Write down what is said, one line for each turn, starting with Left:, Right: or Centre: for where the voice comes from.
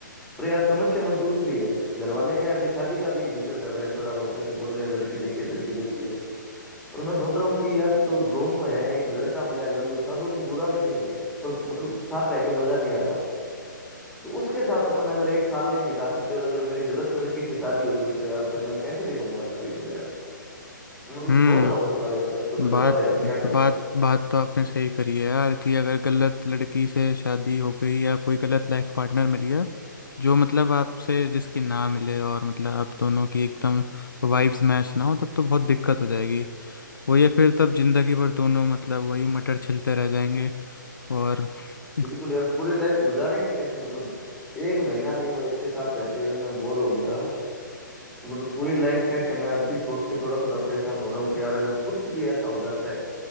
Centre: पर यार समस्या में दूसरी है घर वाले क्या है, अभी शादी का भी जिक्र कर रहे हैं थोड़ा बहुत ऐसे बोल रहे हैं लड़की देखिए लड़की देखिए और मैं सोच रहा हूँ कि यार जो रोम में है एक लड़का मिला है लल्लू सा जो कि बुरा भी नहीं है पर मतलब साथ रह के मजा नहीं आ रहा तो उसके साथ अपन अगर एक साल नहीं दिखा सकते और अगर मेरी गलत लड़की से शादी हो गई तो यार फिर मैं कैसे दिखाऊंगा सारी उम्र यार मैं मतलब
Left: हम्म
Centre: सोच रहा हूँ इस बारे में यार कुछ
Left: बात
Centre: बताओ यार क्या करूं
Left: बात
Centre: मतलब
Left: बात तो आपने सही करी है यार कि अगर गलत लड़की से शादी हो गई या कोई गलत लाइफ पार्टनर मिल गया जो मतलब आपसे जिसकी ना मिले और मतलब आप दोनों की एकदम वाइब्स मैच ना हो तब तो बहुत दिक्कत हो जाएगी वही है फिर तब जिंदगी भर दोनों मतलब वही मटर छिलते रह जाएंगे और <laughs>
Centre: बिल्कुल यार पूरी लाइफ गुजारेंगे कैसे मतलब एक महीना नहीं हुआ इसके साथ रहते हुए मैं बोर हो गया तो मतलब पूरी लाइफ कैसे मैं अब भी सोच के थोड़ा थोड़ा परेशान हो रहा हूँ कि यार अगर कुछ भी ऐसा हो जाता है